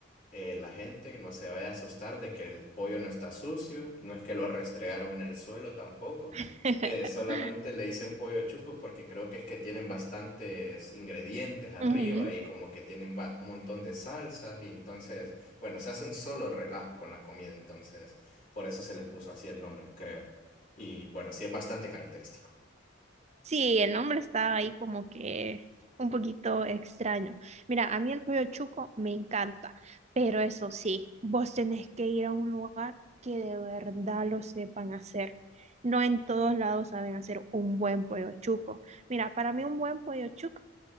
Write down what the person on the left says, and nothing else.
eh, la gente no se vaya a asustar de que el pollo no está sucio, no es que lo restregaron en el suelo tampoco,
eh, solamente le dicen pollo chuco porque creo que es que tienen bastantes ingredientes arriba
y como que tienen ba- un montón de salsas y entonces, bueno, se hace un solo relajo con la comida, entonces... Por eso se les puso así el nombre, creo. Y bueno, sí es bastante característico.